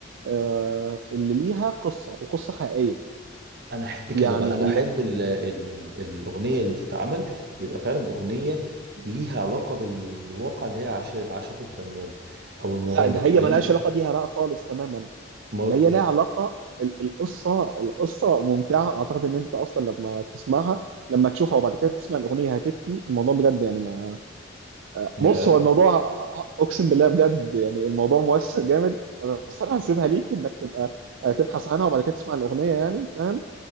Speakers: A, on the right (about 75°); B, on the right (about 55°).
A: آه، اللي ليها قصه وقصه حقيقيه
B: انا احب كده
A: يعني
B: بقى انا
A: اللي
B: احب ال ال ال الاغنيه اللي تتعمل يبقى فعلا اغنيه ليها علاقه بالواقع اللي هي عاش عاشته الفنان او المغني
A: لا ده هي
B: لان
A: ملهاش علاقه بيها بقى خالص تماما
B: مال
A: ده هي لها علاقه ال- القصه القصه ممتعه اعتقد ان انت اصلا لما تسمعها لما تشوفها وبعد كده تسمع الاغنيه هتبكي الموضوع بجد يعني ما
B: يا
A: بص هو الموضوع اقسم بالله بجد يعني الموضوع مؤثر جامد بس انا هسيبها ليك انك تبقى تبحث عنها وبعد كده تسمع الاغنيه يعني فاهم